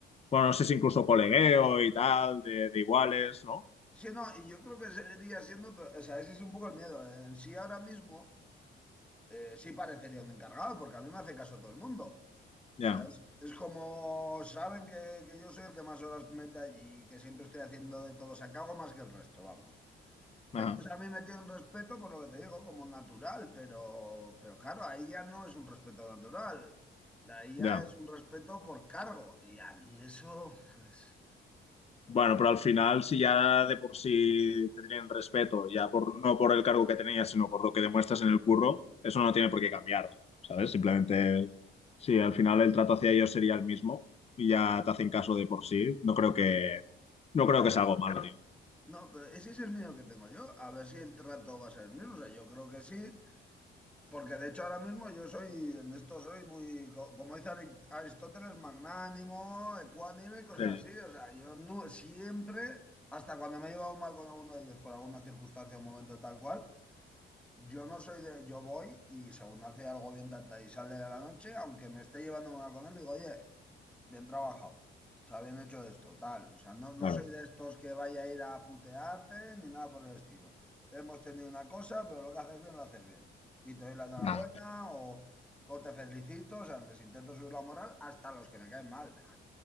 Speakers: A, on the left; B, in the centre.
A: bueno, no sé si incluso colegueo y tal, de, de iguales, ¿no?
B: Sí, no, y yo creo que seguiría siendo, pero, o sea, ese es un poco el miedo. En sí ahora mismo, eh, sí parecería un encargado, porque a mí me hace caso todo el mundo.
A: Ya,
B: O sea, es, es como saben que, que yo soy el que más horas mete allí y que siempre estoy haciendo de todo. O sea, que hago más que el resto, vamos.
A: ajá,
B: Entonces a mí me tiene un respeto por lo que te digo, como natural, pero, pero claro, ahí ya no es un respeto natural, ahí ya
A: ya.
B: es un respeto por cargo. Y a mí eso, pues,
A: Bueno, pero al final, si ya de por sí te tienen respeto, ya por, no por el cargo que tenías, sino por lo que demuestras en el curro, eso no tiene por qué cambiar, ¿sabes? Simplemente, sí, al final el trato hacia ellos sería el mismo y ya te hacen caso de por sí. No creo que, no creo
B: claro,
A: que sea algo malo, tío.
B: no, pero ese es el miedo que tengo yo, a ver si el trato va a ser el mismo. O sea, yo creo que sí, porque de hecho ahora mismo yo soy, en esto soy muy, co- como dice Ari- Aristóteles, magnánimo, ecuánime, y cosas
A: Eh,
B: así. O sea, yo no, siempre, hasta cuando me he llevado mal con alguno de ellos por alguna circunstancia o momento tal cual. Yo no soy de, yo voy y según hace algo bien tata y sale de la noche, aunque me esté llevando una con él, digo, oye, bien trabajado, o sea, bien hecho esto, tal. O sea, no, no
A: claro.
B: soy de estos que vaya a ir a putearte ni nada por el estilo. Hemos tenido una cosa, pero lo que haces bien, lo haces bien. Y te doy la enhorabuena
A: Nada.
B: o, o te felicito, o sea, les intento subir la moral hasta a los que me caen mal.